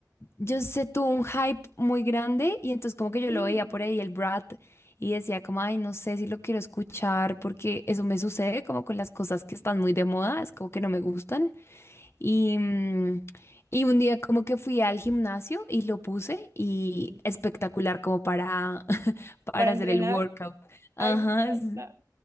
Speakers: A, on the left; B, on the right.
A: yo sé, tuvo un hype muy grande y entonces como que yo
B: Sí.
A: lo veía por ahí el Brat y decía como, ay, no sé si lo quiero escuchar porque eso me sucede como con las cosas que están muy de moda, es como que no me gustan. Y, mm, y un día como que fui al gimnasio y lo puse y
B: Ujú.
A: espectacular como para, <laughs> para
B: Para entrenar,
A: hacer el workout.
B: ay,
A: Ajá,
B: me encanta.
A: es-